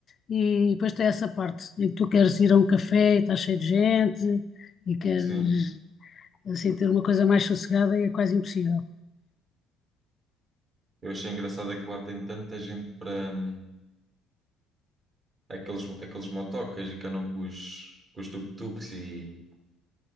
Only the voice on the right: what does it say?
Sim.
Eu achei engraçado é que lá tem tanta gente para hum, aqueles, aqueles motocas e que andam com os, com os tuk-tuks e